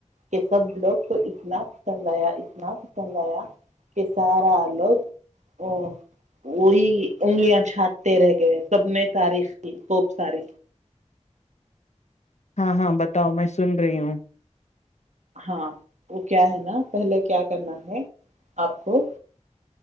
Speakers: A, on the right; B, on the left.
A: کہ سب لوگ کو اتنا پسند آیا اتنا پسند آیا کہ سارا لوگ ا وہی انگلیاں چھانٹتے رہ گئے سب نے تاریخ کی خوب ساری
B: ہاں ہاں بتاؤ میں سن رہی ہوں
A: ہاں وہ کیا ہے نا پہلے کیا کرنا ہے آپ کو